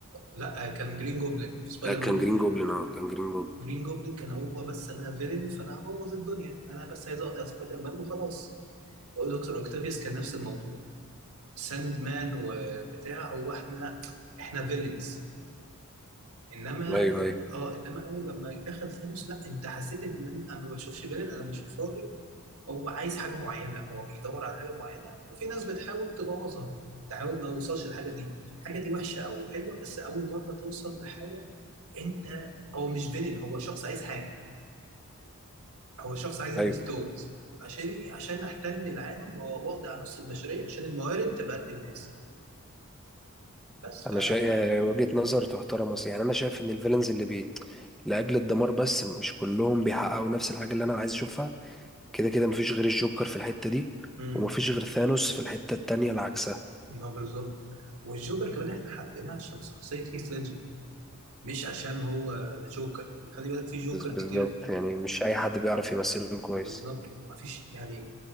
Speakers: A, on the right; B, in the centre.
A: لا آه، كان جرين جوبلin في سبايدر
B: آه
A: مان
B: كان
A: 1
B: جرين جوبلin أه كان جرين جوبلin
A: جرين جوبلin كان هو بس انا فيلن فانا هبوظ الدنيا انا بس عايز اقضي على سبايدر مان وخلاص دكتور اكتيفيوس كان نفس الموضوع ساند مان وبتاع هو احنا احنا فيلنز انما
B: أيوه أيوه
A: اه انما اول لما دخل ثانوس لا انت حسيت ان انا أنا ما بشوفش فيلن انا بشوف راجل هو عايز حاجه معينه هو بيدور على حاجه معينه وفي ناس بتحاول تبوظها تحاول ما يوصلش للحاجه دي الحاجه دي وحشه او حلوه بس اول مره توصل لحاجه انت هو مش فيلن هو شخص عايز حاجه هو شخص عايز
B: أيوه
A: الستونز عشان إيه؟ عشان احتل العالم واقضي على نص البشريه عشان الموارد تبقى قد الناس بس ف
B: أنا شايف آه، وجهة نظر تحترم أصلا يعني أنا شايف إن الفيلنز اللي بي لأجل الدمار بس مش كلهم بيحققوا نفس الحاجة اللي أنا عايز أشوفها كده كده مفيش غير الجوكر في الحتة دي
A: امم
B: ومفيش غير ثانوس في الحتة التانية العكسة
A: ما بالظبط والجوكر كمان احنا حبيناه عشان شخصيه هيث ليدجر مش عشان هو جوكر يعني خلي بالك في جوكر
B: بس- بالظبط
A: كتير
B: يعني مش أي حد بيعرف يمثلهم كويس
A: بالظبط مفيش يعني